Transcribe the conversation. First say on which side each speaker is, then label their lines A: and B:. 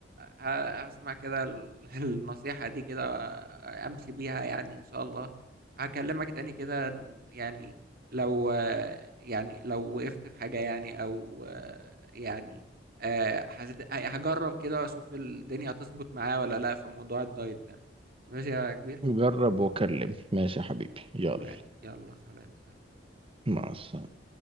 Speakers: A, on the right; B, on the right.
A: ه- هسمع كده ال- <laughs> النصيحة دي كده آه، أمشي بيها يعني إن شاء الله هكلمك تاني كده يعني لو آه، يعني لو وقفت في حاجة يعني أو آه، يعني آه، حسيت هجرب كده وأشوف الدنيا هتظبط معايا ولا لأ في موضوع الدايت ده ماشي يا كبير
B: جرب وكلمني ماشي يا حبيبي يلا
A: و- يلا سلام سلام
B: مع السلامة